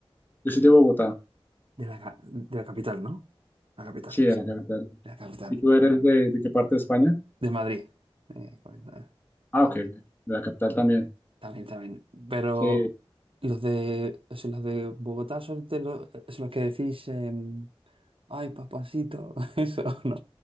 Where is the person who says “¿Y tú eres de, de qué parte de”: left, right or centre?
Left